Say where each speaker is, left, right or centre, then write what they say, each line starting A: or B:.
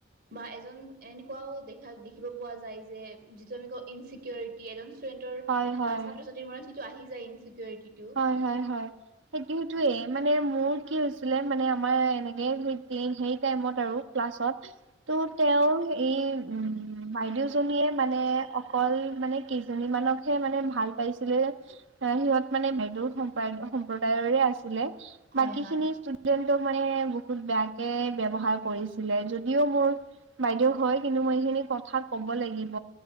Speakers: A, on the right; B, on the right.
A: বা এজন এনেকুৱাও দেখা দেখিব পোৱা যায় যে যিটো আমি কওঁ ইনচিক এজন ষ্টুডেন্টৰ
B: হয় হয়
A: বা ছাত্ৰ ছাত্ৰীৰ মনত সিটো আহি যায় ইনচিকিউৰিটি
B: হয় হয় হয় সেইটো টোয়ে মানে মোৰ কি হৈছিলে মানে আমাৰ এনেকে হেই টাইমত আৰু ক্লাছত ত' তেওঁ এই উম বাইদেউজনীয়ে মানে অকল মানে কেইজনীমানক, হে মানে ভাল পাইছিলে সিহঁত মানে বেদুৰ সম্প সম্প্ৰদায়ৰে আছিলে
A: হয়
B: বাকী খিনি দিনটো মানে বহুত বেয়াকে ব্যৱহাৰ কৰিছিলে যদিও মোৰ বাইদেউ হয় কিন্তু মই এইখিনি কথা কব লাগিব